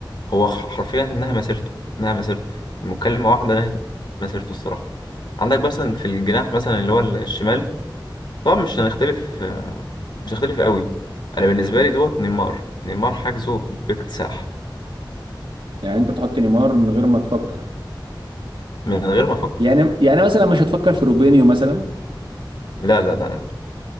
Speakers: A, on the left; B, on the right.
A: هو ح- حرفيا انها مسيرته انها مسيرته مكالمه واحده نهت مسيرته الصراحه عندك مثلا في الجناح مثلا اللي هو الشمال طبعا مش هنختلف مش هختلف قوي انا بالنسبه لي دوت نيمار نيمار حجزه باكتساح
B: يعني انت تحط نيمار من غير ما تفكر
A: من غير ما افكر
B: يعني يعني مثلا مش هتفكر في روبينيو مثلا
A: لا لا لا لا.